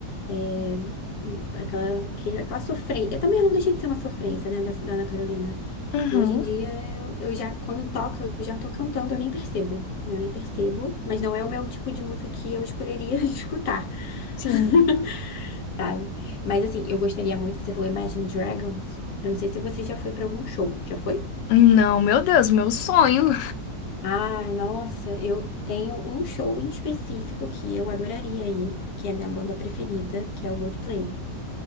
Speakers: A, on the left; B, on the left.
A: É, aquela, aquele- aquela sofrência. Também não deixei de ser uma sofrência, né, da, da Ana Carolina.
B: Uhum,
A: E hoje em dia, eu, eu já, quando toca, eu já tô cantando, eu nem percebo. Eu nem percebo, mas não é o meu tipo de música que eu escolheria <laughs> escutar,
B: sim.
A: <laughs> sabe? Mas assim, eu gostaria muito, você falou Imagine Dragons. Eu não sei se você já foi pra algum show. Já foi?
B: Não, meu Deus, meu sonho.
A: Ah, nossa, eu tenho um show em específico que eu adoraria ir, que é a minha banda preferida, que é o Coldplay.